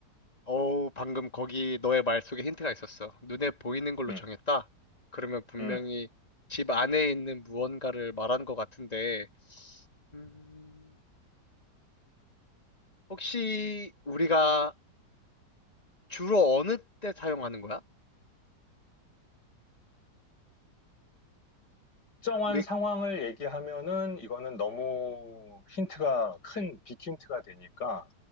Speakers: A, on the left; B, on the left.
A: 어우, 방금 거기 너의 말 속에 힌트가 있었어. 눈에 보이는 걸로
B: 음,
A: 정했다? 그러면 분명히
B: 음.
A: 집 안에 있는 무언가를 말한 것 같은데, 음, 혹시 우리가 주로 어느 때 사용하는 거야?
B: 특정한
A: 우리,
B: 상황을 얘기하면은 이거는 너무 힌트가 큰 빅힌트가 되니까